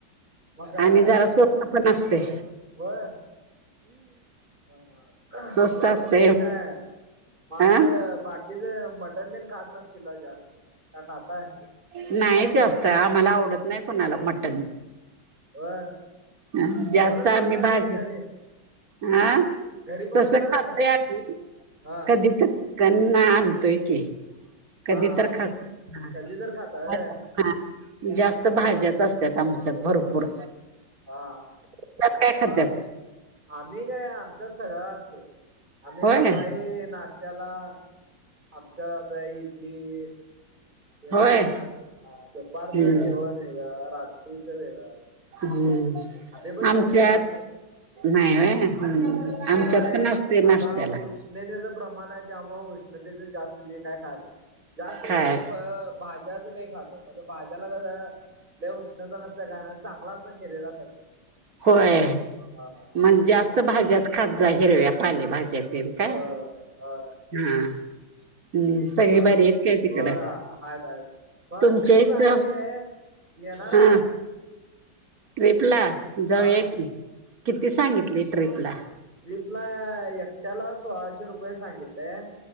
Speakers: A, on the right; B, on the right.
A: मग काय
B: आणि जरा सोप पण असतय.
A: होय हा
B: स्वस्त
A: जास्त
B: असते
A: तुम्ही काय म
B: हा
A: असं बाकीच मटण बीन खात नसतील ना जास्त का खाताय.
B: नाही जास्त आम्हाला आवडत नाय कुणाला मट
A: व्हय
B: ह जास्त
A: कोणच
B: आम्ही
A: खात नाय
B: भाजी
A: तुम्ही घरी
B: हा
A: घरी कोणच
B: तस
A: खात
B: खातय
A: नाही
B: आम्ही
A: हा
B: कधी कधी कना आनतोय की
A: हा
B: कधी
A: हा
B: तर खात हा
A: कधी तर खाताय होय
B: हा जास्त भाज्याच असत्यात आमच्यात भरपूर
A: हा
B: त्यात काय
A: म
B: खात्यात
A: आम्ही काय आमच्यात सगळा मस्तय. आम्ही
B: होय
A: सकाळी नाश्त्याला आमच्या बे इडली ते नाता
B: होय
A: ना दुपारचं
B: हम्म
A: जेवण वेगळं रात वेगळा
B: हम्म
A: आमी पण
B: आमच्यात
A: जास्त खात नाही.
B: नाही वय
A: होय
B: आमच्यात
A: कसं होतंय
B: पण असतय
A: आता
B: नाश्त्याला.
A: उष्णतेचं प्रमाण आहे त्यामुळ उष्णतेच जास्त जे काय खाण जास्त करून
B: खायच
A: फळं. भाज्याच लय खातो मग भाज्याला कसं लय उष्णता नसत काय नाय चांगला असतं शरीरासाठी
B: होय
A: हा
B: मग जास्त भाज्याच खात जा हिरव्या पाले भाज्यात तेंनं
A: होय
B: काय
A: होय
B: हा हम् सगळे
A: मग
B: बरी आहेत काय तिकडं.
A: होय आहेत आहेत मग
B: तुमच्या
A: ट्रिप
B: इथं
A: काढायची आहे येणार आहे
B: हा
A: काय
B: ट्रीप ला जाऊया
A: हा
B: की किती सांगितली ट्र्रीप ला
A: ट्रीपला एकट्याला सोळाशे रुपये सांगितलेय